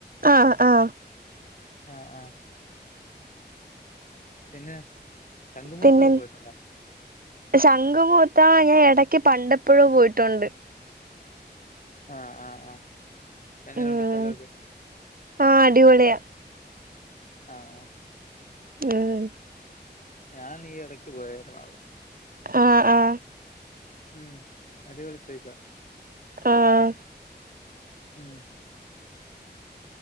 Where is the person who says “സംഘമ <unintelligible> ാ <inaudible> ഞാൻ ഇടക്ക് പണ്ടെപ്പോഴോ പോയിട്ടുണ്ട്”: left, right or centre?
Right